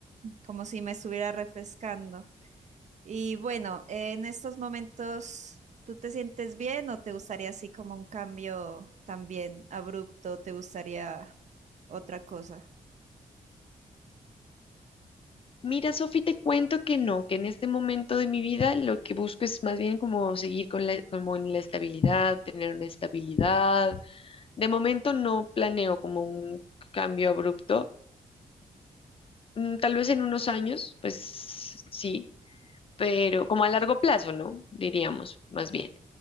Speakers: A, on the right; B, on the left.
A: como si me estuviera refrescando. Y bueno, en estos momentos, ¿tú te sientes bien o te gustaría así como un cambio también abrupto? ¿Te gustaría otra cosa?
B: Mira, Sofi, te cuento que no, que en este momento de mi vida lo que busco es más bien como seguir con la, como en la estabilidad, tener una estabilidad. De momento no planeo como un cambio abrupto. Mm, Tal vez en unos años, pues sí, pero como a largo plazo, ¿no? Diríamos, más bien.